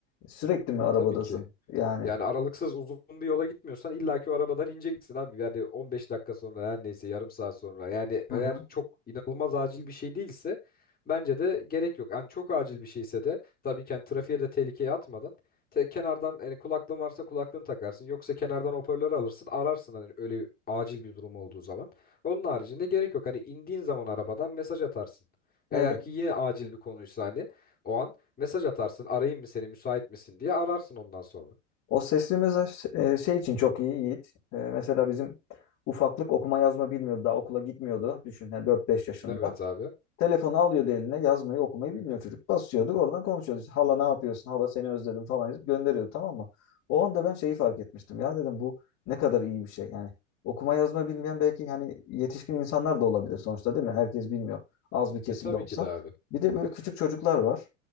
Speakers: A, on the left; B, on the left.
A: Sürekli mi arabadasın?
B: Tabii ki.
A: Yani.
B: Yani aralıksız uzun bir yola gitmiyorsan illaki o arabadan ineceksin abi. Yani 15 dakika sonra her neyse yarım saat sonra. Yani eğer
A: Hı
B: çok inanılmaz acil bir şey değilse bence de gerek yok. Yani çok acil bir şeyse de tabii ki yani trafiğe de tehlikeye atmadan te- kenardan yani kulaklığın varsa kulaklığını takarsın. Yoksa kenardan hoparlörü alırsın ararsın hani öyle acil bir durum olduğu zaman. Onun haricinde gerek yok. Hani indiğin zaman arabadan mesaj atarsın. Eğer
A: hı.
B: ki yine acil bir konuysa hani o an mesaj atarsın arayayım mı seni müsait misin diye ararsın ondan sonra.
A: O sesli mesaj e, şey için çok iyi Yiğit. E, Mesela bizim ufaklık okuma yazma bilmiyordu. Daha okula gitmiyordu. Düşün yani 4-5 yaşında.
B: Evet abi.
A: Telefonu alıyordu eline yazmayı okumayı bilmiyor çocuk. Basıyorduk oradan konuşuyordu. İşte, hala ne yapıyorsun? Hala seni özledim falan yazıp gönderiyordu tamam mı? O anda ben şeyi fark etmiştim. Ya dedim bu ne kadar iyi bir şey. Yani okuma yazma bilmeyen belki hani yetişkin insanlar da olabilir sonuçta değil mi? Herkes bilmiyor. Az bir kesim
B: E tabii
A: de olsa.
B: ki de abi.
A: Bir de böyle küçük çocuklar var.